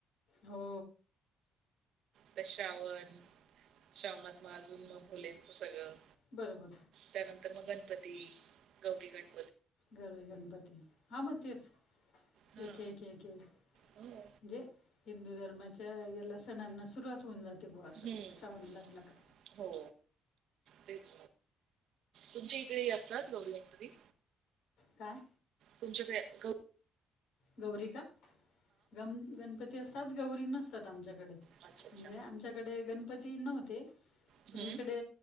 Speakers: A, on the left; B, on the right.
A: हो.
B: ते श्रावण श्रवणात म अजून मग मुलींच सगळं
A: बरोबर.
B: त्यानंतर मग गणपती गौरी गण
A: गर गणपती हा मग तेच
B: हा
A: एक एक एक एक.
B: हो
A: म्हजे हिंदू धर्माच्या या ल सणांना सुरुवात होऊन जा. ते बो अस
B: हम्म
A: श्रावण लागला का
B: हो तेच तुमच्या इकडे ही असतात गौरी गणपती?
A: काय.
B: तुमच्याकडे गौ
A: गौरी का गम गणपती असतात गौरी नसतात आमच्याकडे.
B: अच्छा अच्छा
A: म्हणजे आमच्याकडे गणपती नव्हते
B: हम्म.
A: पण इकडे